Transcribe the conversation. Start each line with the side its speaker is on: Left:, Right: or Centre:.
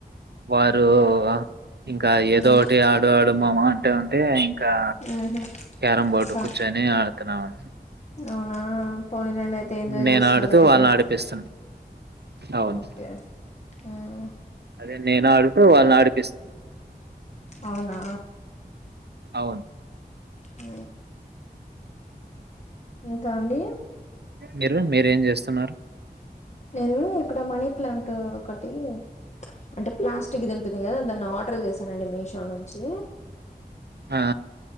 Right: వారు ఇంకా
Left: మ్మ్
Right: ఏదో ఒకటి ఆడు ఆడు మామా అంటా ఉంటే కా
Left: మ్మ్
Right: క్యారం బోర్డు
Left: స
Right: కూర్చొని ఆడుతున్నాము
Left: అవునా పోనిలేండి అయితే ఎంజాయ్
Right: నేను
Left: చేస్తున్నారు
Right: ఆడుతూ
Left: ఎతికే
Right: వాళ్ళని ఆడిపిస్తున్నా. అవును.
Left: ఆ ఓకే ఉమ్
Right: అదే నేను ఆడుతూ వాళ్ళని ఆడి
Left: అవునా
Right: అవున్
Left: ఊ ఇంకా అండి
Right: మీరు మీరేం చేస్తున్నారు
Left: నేను ఇక్కడ మనీ ప్లాంట్ ఒకటి అంటే ప్లాస్టిక్ది ఉంటుంది కదా దాన్ ఆర్డర్ చేశానండి మీషో నుంచి
Right: ఆ